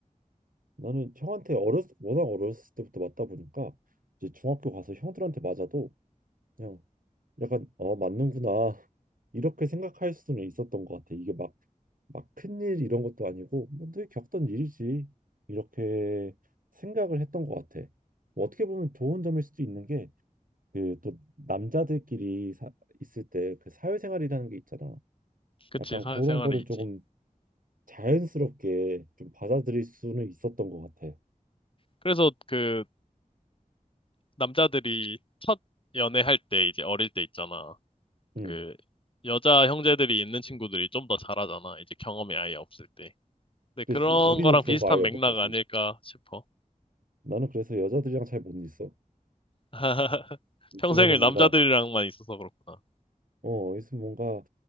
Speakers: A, on the right (about 75°); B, on the left (about 40°).
A: 나는 형한테 어렸 워낙 어렸을 때부터 맞다 보니까 이제 중학교 가서 형들한테 맞아도 그냥 약간 어 맞는구나 <laughs> 이렇게 생각할 수는 있었던 것 같아. 이게 막 막 큰일 이런 것도 아니고 뭐 늘 겪던 일이지 이렇게 생각을 했던 것 같아. 뭐 어떻게 보면 좋은 점일 수도 있는 게 그 또 남자들끼리 사, 있을 때 그 사회생활이라는 게 있잖아.
B: 그치,
A: 약간
B: 사회생활에
A: 그런 거를
B: 있지.
A: 조금 자연스럽게 좀 받아들일 수는 있었던 것 같아.
B: 그래서 그, 남자들이 첫 연애할 때, 이제 어릴 때 있잖아.
A: 음.
B: 그, 여자 형제들이 있는 친구들이 좀 더 잘하잖아. 이제 경험이 아예 없을 때. 근데
A: 그지
B: 그런
A: 우리는
B: 거랑
A: 그런
B: 비슷한
A: 거 아예
B: 맥락
A: 못하지
B: 아닐까 싶어.
A: 나는 그래서 여자들이랑 잘 못 있어
B: <laughs>
A: 있으면은
B: 평생을 남자들이랑만
A: 뭔가
B: 있어서 그렇구나.
A: 어 있으면 뭔가